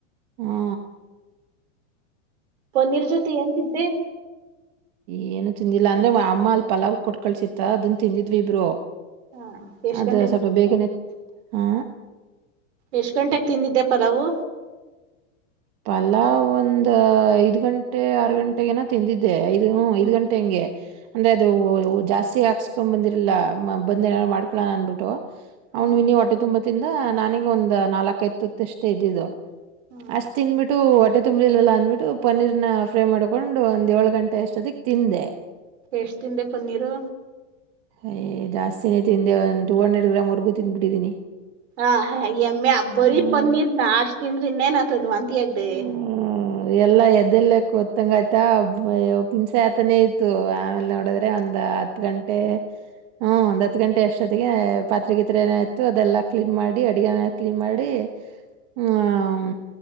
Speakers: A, on the right; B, on the right.
A: ಹ್ಮ
B: ಪನ್ನೀರ್ ಜೊತೆ ಏನ್ ತಿಂದೆ?
A: ಏನು ತಿಂದಿಲ್ಲ, ಅಂದ್ರೆ ಅಮ್ಮ ಅಲ್ಲ್ ಪಲಾವ್ ಕೊಟ್ಕಳ್ಸಿತ್ತ ಅದನ್ ತಿಂದಿದ್ವಿ ಇಬ್ರು.
B: ಹಾ ಎಷ್ಟ್
A: ಅದು
B: ಗಂಟೆಗೆ
A: ಸ್ವಲ್ಪ
B: ತಿಂದಿದ್ರಾ
A: ಬೇಗನೆ ಹಾ
B: ಎಷ್ಟ್ ಗಂಟೆಗೆ ತಿಂದಿದ್ದೆ ಪಲಾವು?
A: ಪಲಾವ್ ಒಂದು ಐದ್ ಗಂಟೆ ಆರು ಗಂಟೆಗನ ತಿಂದಿದ್ದೆ ಐ ಹ ಐದ್ಗಂಟೆ
B: ಹ್ಮ್
A: ಹಂಗೆ. ಅಂದ್ರೆ ಅದು ಜಾಸ್ತಿ ಹಾಕ್ಸ್ಕೊಂಡ್ ಬಂದಿರ್ಲಿಲ ಬಂದೇನಾರು ಮಾಡ್ಕೊಳನ ಅನ್ಬಿಟ್ಟು. ಅವನ್
B: ಹ್ಮ್
A: ವಿನಿ ಹೊಟ್ಟೆ ತುಂಬಾ ತಿಂದ ನನಗ ಒಂದ್ ನಾಲ್ಕೖದ್ ತುತ್ತಷ್ಟೆ ಇದ್ದಿದು.
B: ಹ್ಮ್
A: ಅಷ್ಟ್ ತಿಃದ್ಬಿಟ್ಟು ಹೊಟ್ಟೆ ತುಂಬಲಿಲ್ವಲ್ಲ ಅಂದ್ಬಿಟ್ಟು ಪನ್ನೀರ್ನ ಫ್ರೈ ಮಾಡ್ಕೊಂಡು ಒಂದ್ ಏಳು ಗಂಟೆ ಅಷ್ಟೊತ್ತಿಗ್ ತಿಂದೆ.
B: ಎಷ್ಟ್ ತಿಂದೆ ಪನ್ನೀರು?
A: ಏ ಜಾಸ್ತಿನೇ ತಿಂದೆ ಒಂದು ಟೂ ಹಂಡ್ರೆಡ್ ಗ್ರಾಮ್ವರೆಗೂ ತಿಂದ್ಬಿಟ್ಟಿದ್ದೀನಿ.
B: ಹಾ ಹಾ ಎಮ್ಮೆ ಬರೀ
A: ಹ್ಮ್
B: ಪನ್ನೀರ್ನ ಅಷ್ಟ್ ತಿಂದ್ರೆ ಇನ್ನೇನಾಗುತ್ ತದು ವಾಂತಿ ಆಗ್ದೆ.
A: ಹ್ಮ ಎಲ್ಲಾ ಎದೆಲೆ ಕುತ್ತಂಗ್ ಆಯ್ತ ಹಿಂಸೆ ಆತಾನೇ ಇತ್ತು ಆಮೇಲೆ ನೋಡಿದ್ರೆ ಒಂದ್ ಹತ್ ಗಂಟೆ ಹ್ಮ್ ಒಂದ್ ಹತ್ ಗಂಟೆ ಅಷ್ಟೊತ್ತಿಗೆ ಪಾತ್ರಿಗೀತ್ರೆನೊ ಇತ್ತು ಅದೆಲ್ಲಾ ಕ್ಲೀನ್ ಮಾಡಿ ಅಡಗೆಮನೆ ಕ್ಲೀನ್ ಮಾಡಿ ಹ್ಮ್